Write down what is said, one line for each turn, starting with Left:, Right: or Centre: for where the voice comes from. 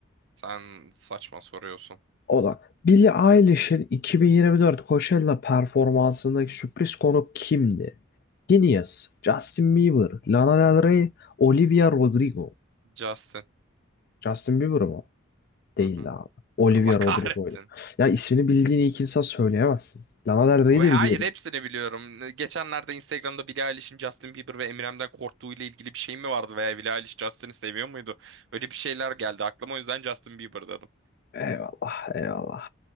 Right: sen saçma soruyorsun.
Left: O da. Billie Eilish'in 2024 Coachella performansındaki sürpriz konuk kimdi? Phineas, Justin Bieber, Lana Del Rey, Olivia Rodrigo.
Right: Justin.
Left: Justin Bieber mı? Değildi
Right: Hı hı.
Left: abi. Olivia
Right: Allah
Left: Rodrigo'ydu.
Right: kahretsin.
Left: Ya ismini bildiğini ilk insan söyleyemezsin. Lana Del Rey'i
Right: O-
Left: de
Right: Hayır
Left: biliyordum.
Right: hepsini biliyorum. Geçenlerde Instagram'da Billie Eilish'in Justin Bieber ve Eminem'den korktuğu ile ilgili bir şey mi vardı veya Billie Eilish Justin'i seviyor muydu? Öyle bir şeyler geldi aklıma o yüzden Justin Bieber dedim.
Left: Eyvallah, eyvallah.